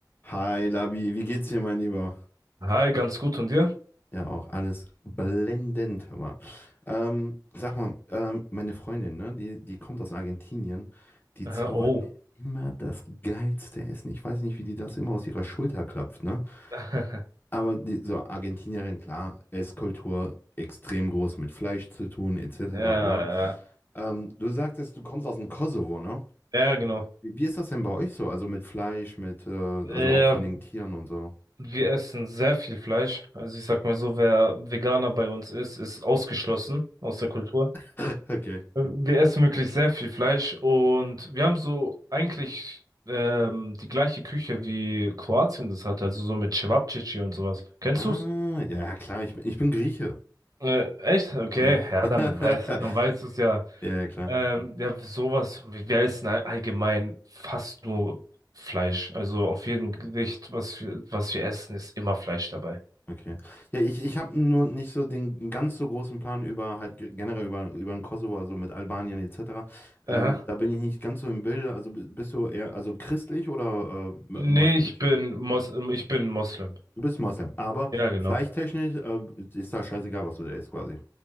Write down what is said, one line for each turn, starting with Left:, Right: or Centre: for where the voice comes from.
Left: Hi Labi, wie geht's dir, mein Lieber?
Right: Hi, ganz gut und dir?
Left: Ja, auch alles blendend, hör mal. Ähm, sag mal, ähm, meine Freundin, ne, die, die kommt aus Argentinien, die zaubert
Right: Aha, oh.
Left: mir immer das geilste Essen. Ich weiß nicht, wie die das immer aus ihrer Schulter klopft, ne?
Right: <laughs>
Left: Aber die, so Argentinierin, klar, Esskultur extrem groß mit Fleisch zu tun, etc.
Right: Ja,
Left: bla.
Right: ja,
Left: Ähm, du sagtest, du kommst aus dem Kosovo, ne?
Right: ja, genau.
Left: Wie, wie ist das denn bei euch so? Also mit Fleisch, mit, äh, also
Right: Ja,
Left: auch von den Tieren und so.
Right: wir essen sehr viel Fleisch. Also ich sag mal so, wer Veganer bei uns ist, ist ausgeschlossen aus der Kultur.
Left: <laughs> Okay.
Right: Wir essen wirklich sehr viel Fleisch und wir haben so eigentlich ähm, die gleiche Küche wie Kroatien das hat, also so mit Cevapcici und sowas. Kennst
Left: Ah,
Right: du's?
Left: ja, klar, ich, bin- ich bin Grieche.
Right: Äh, echt? Okay,
Left: Ja.
Right: ja, dann weißt
Left: <laughs>
Right: du, dann weißt du's ja.
Left: Ja, klar.
Right: Ähm, ja, sowas, wir essen all- allgemein fast nur Fleisch. Also auf jedem Gericht, was wir, was wir essen, ist immer Fleisch dabei.
Left: Okay. Ja, ich, ich habe nur nicht so den ganz so großen Plan über halt ge- generell über, über den Kosovo, also mit Albanien etc. Ähm,
Right: Aha.
Left: da bin ich nicht ganz so im Bilde. Also b- bist du eher also christlich oder äh, m-
Right: Nee,
Left: moslemisch?
Right: ich bin Mos ich bin Moslem.
Left: Du bist Moslem, aber
Right: Ja, genau.
Left: fleischttechnisch äh, ist da scheißegal, was du isst quasi.